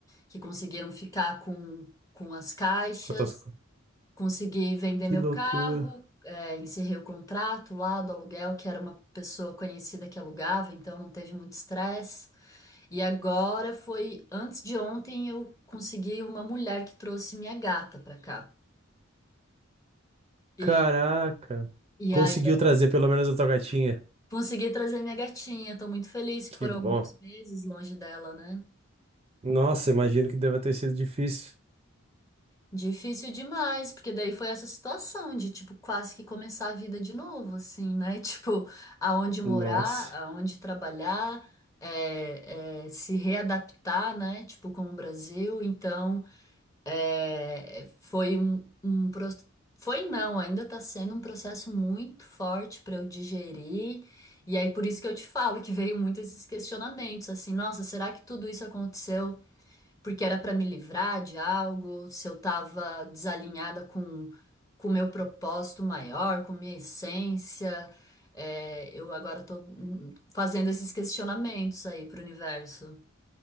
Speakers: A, on the left; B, on the right.
A: que conseguiram ficar com, com as caixas.
B: Com tuas co-
A: Consegui vender
B: Que
A: meu
B: loucura.
A: carro, é, encerrei o contrato lá do aluguel, que era uma pessoa conhecida que alugava, então não teve muito estresse. E agora foi antes de ontem eu consegui uma mulher que trouxe minha gata pra cá. E,
B: Caraca.
A: e
B: Conseguiu
A: aí
B: trazer pelo menos a tua gatinha.
A: consegui trazer minha gatinha. Tô muito feliz que
B: Que
A: foram
B: bom.
A: alguns meses longe dela, né?
B: Nossa, imagino que deva ter sido difícil.
A: Difícil demais, porque daí foi essa situação de tipo quase que começar a vida de novo, assim, né? <laughs> Tipo, aonde morar,
B: Nossa.
A: aonde trabalhar, é, é, se readaptar, né? Tipo, com o Brasil. Então. É, foi um, um pro- foi não, ainda está sendo um processo muito forte para eu digerir. E aí por isso que eu te falo que veio muito esses questionamentos, assim, nossa, será que tudo isso aconteceu porque era para me livrar de algo? Se eu estava desalinhada com com o meu propósito maior, com minha essência? É, eu agora estou fazendo esses questionamentos aí para o universo.